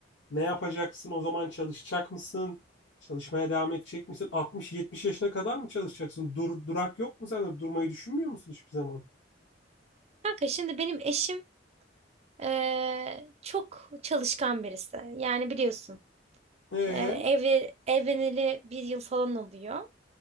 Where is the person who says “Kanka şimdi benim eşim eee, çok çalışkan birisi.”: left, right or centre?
Right